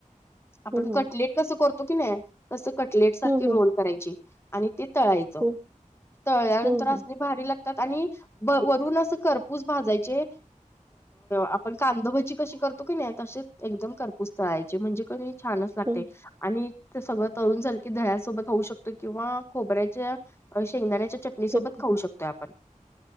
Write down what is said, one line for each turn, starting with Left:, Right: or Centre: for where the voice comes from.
Left: आपण
Right: हो, हो.
Left: कटलेट कसं करतो कि नाही तसं कटलेट सारखी
Right: हो, हो.
Left: रोल करायची. आणि ते तळायचं
Right: हो,
Left: तळल्यानंतर
Right: हो, हो.
Left: असने भारी लागता. आणि वरून असं खरपूस भाजायचे. आपण कांदाभची कशी करतो की नाही तसे एकदम करपूस तळायचे म्हणजे कध. छानच लागते
Right: हं.
Left: आणि ते सगळं तळून झाल की दया सोबत होऊ शकतो किंवा खोबऱ्याच्या. शेंगदाण्याच्या चटणीसोबत
Right: चटणी.
Left: खाऊ शकतोय आपण.